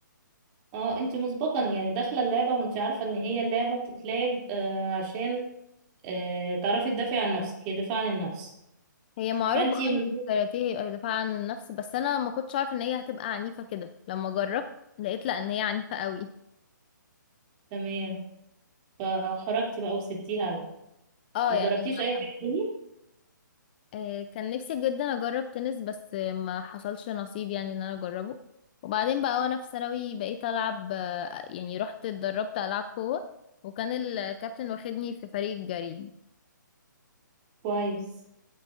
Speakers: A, on the right; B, on the left.
A: اه انت مسبقا يعني داخلة اللعبة وانت عارفة ان هي اللعبة بتتلعب آه عشان آه تعرفي تدافعي عن نفسك هي دفاع عن النفس
B: هي معروفة
A: فانت
B: آه
A: من...
B: ان الكاراتيه دفاع عن النفس بس انا ما كنتش عارفة ان هي هتبقى عنيفة كده لما جربت لقيت لا ان هي عنيفة قوي
A: تمام فخرجتي بقى وسبتيها على
B: اه
A: ما
B: يعني
A: جربتيش
B: ما
A: اي حاجة
B: حبيتهاش
A: تانية
B: آه، كان نفسي جدا اجرب تنس بس آه، ما حصلش نصيب يعني ان انا اجربه وبعدين بقى وانا في ثانوي بقيت العب آه، يعني رحت اتدربت العب قوة وكان الكابتن واخدني في فريق الجري
A: كويس